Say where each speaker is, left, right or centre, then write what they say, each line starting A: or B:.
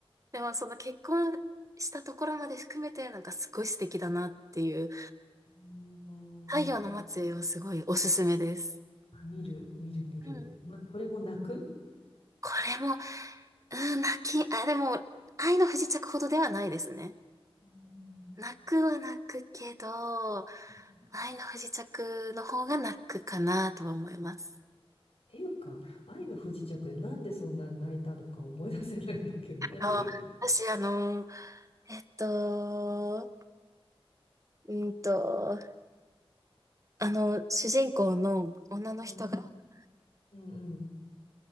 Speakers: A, on the right (about 35°); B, on the left (about 80°).
A: でもその結婚したところまで含めてなんかすごい素敵だなっていう、
B: うーん
A: 太陽の末裔をすごいおすすめです。
B: あ、見る、見る、見る。
A: うん
B: ま、これも泣く
A: これも、うん、泣き、あ、でも、愛の不時着ほどではないですね。
B: うん
A: 泣くは泣くけど、
B: っ
A: 愛の不時着の方が泣くかなとは思います。
B: ていうか、愛の不時着でなんでそんなに泣いたのか思い出せないんだけど、なんでだっけ
A: あ、私、あの、えっと、うんと、あの、主人公の女の人があ
B: うんうんうん。